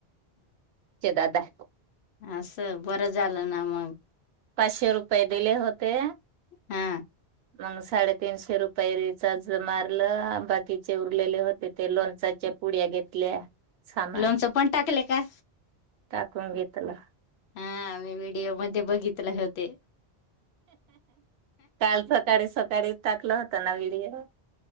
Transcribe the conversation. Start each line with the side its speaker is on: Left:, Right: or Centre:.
Right: ते दादा.
Left: असं बरं झालं ना मग.
Right: पाचशे रुपये दिले होते.
Left: हा
Right: मग साडेतीीनशे रुपये रिचार्ज मारलं बाकीचे उरलेले होते ते लोणचाच्या पुड्या घेतल्या. सामान
Left: लोणचं पण टाकले का?
Right: टाकून घेतला
Left: हा मी व्हिडिओ मध्ये बघितले होते
Right: काल सकाळी सकाळी. टाकलं होता ना व्हिडिओ?